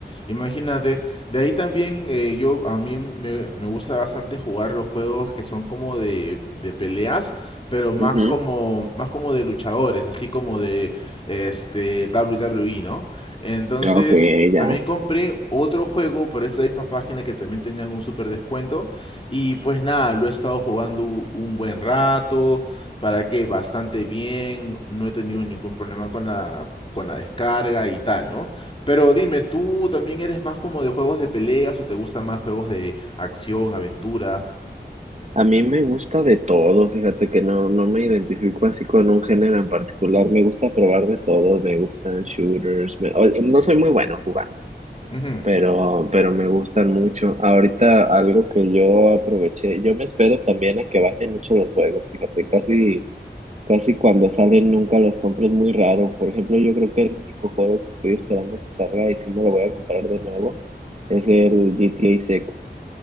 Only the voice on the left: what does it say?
Imagínate, de ahí también eh, yo a mí me, me gusta bastante jugar los juegos que son como de, de peleas, pero más
como más como de luchadores, así como de este WWE, ¿no? Entonces,
también compré otro juego por esa misma página que también tenían un super descuento y pues nada, lo he estado jugando u- un buen rato, para que bastante bien, no he tenido ningún problema con la con la descarga y tal, ¿no? Pero dime, ¿tú también eres más como de juegos de peleas o te gustan más juegos de acción, aventura?
Ujú.